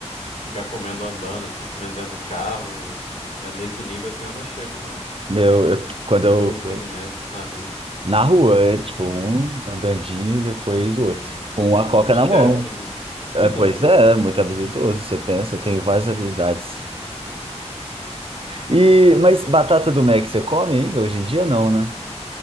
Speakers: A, on the left; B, on the right.
A: ficar comendo andando, assim, comendo dentro do carro. Mas nesse nível, assim, eu não chego, não.
B: meu, eu,
A: Com
B: quando
A: dois
B: eu
A: Big Mac na rua.
B: Na rua, é tipo um andandinho e depois o outro.
A: Hum,
B: Com
A: é
B: uma
A: multitasking,
B: coca na mão.
A: né?
B: É,
A: <laughs>
B: pois é, é muito habilidoso, você pensa, tem várias habilidades. E, mas batata do Mac você come ainda? Hoje em dia não, né?